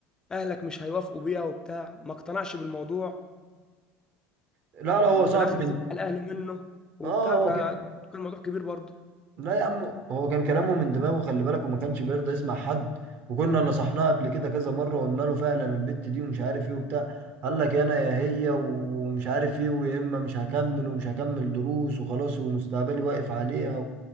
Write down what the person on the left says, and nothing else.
اهلك مش هيوافقوا بيها وبتاع ما اقتنعش بالموضوع
وفي
الاخر
زعل اهله منه وبتاع
فكان
الموضوع كبير برضه